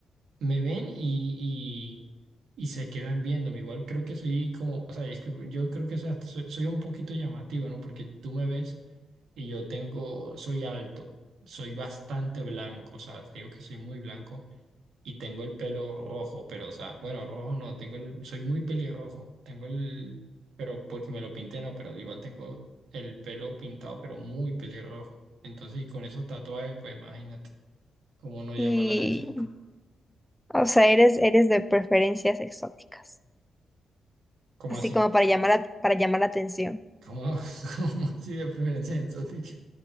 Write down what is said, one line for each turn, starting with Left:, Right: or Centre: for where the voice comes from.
Right: me ven y, y, y se quedan viéndome. Igual creo que soy como, o sea, es que yo creo que soy, hasta- soy, soy un poquito llamativo, ¿no? Porque tú me ves y yo tengo, soy alto, soy bastante blanco, o sea, te digo que soy muy blanco y tengo el pelo rojo, pero, o sea, bueno, rojo no, tengo el, soy muy pelirrojo, tengo el, pero porque me lo pinté, no, pero igual tengo el pelo pintado, pero muy pelirrojo. Entonces, y con esos tatuajes, pues imagínate cómo no llama
Centre: Y
Right: la atención.
Centre: O sea, eres, eres de preferencias exóticas,
Right: ¿Cómo
Centre: así
Right: así?
Centre: como para llamar la- para llamar la atención.
Right: ¿Cómo, <laughs> cómo así de preferencia exótica?